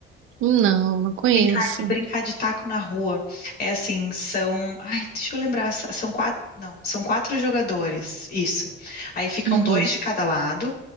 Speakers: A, on the right; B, on the left.
A: Não, não conheço.
B: Brincar, brincar de taco na rua. É assim, são. Ai, deixa eu lembrar, s- são quatro. Não, são quatro jogadores. Isso. Aí ficam
A: Uhum,
B: dois de cada lado.